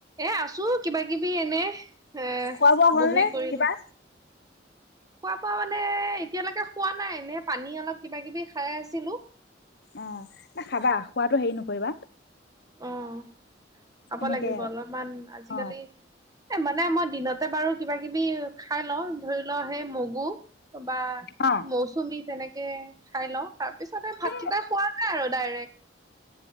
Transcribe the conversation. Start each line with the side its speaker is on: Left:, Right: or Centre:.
Right: এ আছো কিবা কিবি এনে এ
Left: খোৱা বোৱা
Right: বহি
Left: হল নে
Right: কৰিলো
Left: কিবা
Right: খোৱা বোৱা মানে এতিয়ালৈকে খোৱা নাই এনে পানী অলপ কিবা কিবি খাই আছিলো
Left: অ না খাবা খোৱাতটো হেৰি নকৰিবা
Right: উম খাব
Left: এনেকে
Right: লাগিব অলপমান আজিকালি
Left: অ
Right: এ মানে মই দিনতে বাৰু কিবা কিবি খাই লওঁ ধৰি লওঁ সেই মগু। বা
Left: অ
Right: মৌচুমী তেনেক তে খাই লওঁ তাৰ পিছত ভাতকেইটা
Left: এ
Right: খোৱা নাই আৰু ডাইৰেক্ট।